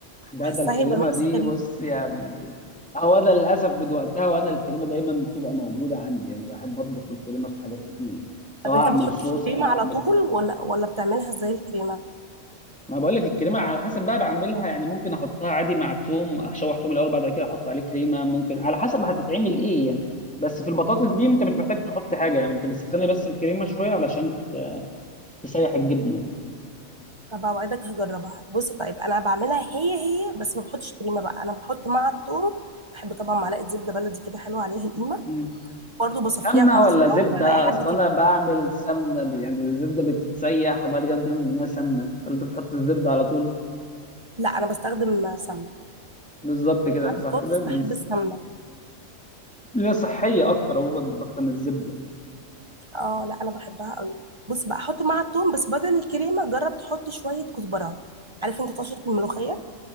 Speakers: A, in the centre; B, on the right.
A: ده
B: حاساها
A: ده الكريمة
B: هيبقى ميكس
A: دي
B: غريب
A: بص يعني هو أنا للأسف من وقتها وأنا الكريمة دايما بتبقى موجودة عندي يعني بحب أطبخ بالكريمة في حاجات كتير يعني سواء
B: طب انت
A: أعمل
B: بتحط
A: صوص
B: الكريمه
A: أو
B: على
A: أعمل
B: طول
A: حاجة
B: ولا ولا بتعملها ازاي الكريمه
A: ما بقول لك الكريمة على حسب بقى بعملها يعني ممكن أحطها عادي مع توم أشوح توم الأول بعد كده أحط عليه كريمة ممكن على حسب هتتعمل إيه يعني بس في البطاطس دي أنت مش محتاج تحط حاجة يعني أنت بتسخني بس الكريمة شوية علشان تسيح الجبنة
B: طب اوعدك هجربها بص طيب انا بعملها هي هي بس ما بحطش كريمه بقى انا بحط مع الثوم بحب طبعا معلقه زبده بلدي كده حلوه عليها القيمه
A: يعني
B: برضو بصفيها
A: سمنة
B: في مصر
A: ولا زبدة
B: اول ما الاقي حد
A: أصل
B: كده
A: أنا بعمل سمنة ب- يعني الزبدة بتتسيح وبعد كده بنعمل منها سمنة ولا أنت بتحط الزبدة على طول
B: لا انا بستخدم سمنه
A: بالظبط كده
B: مع
A: صح
B: البطاطس
A: كده بنس...
B: بحب السمنه
A: هي صحية أكتر عموما أكتر من الزبدة يعني
B: اه لا انا بحبها قوي بص بقى احط مع الثوم بس بدل الكريمه جرب تحط شويه كزبره عارف انت طشه الملوخيه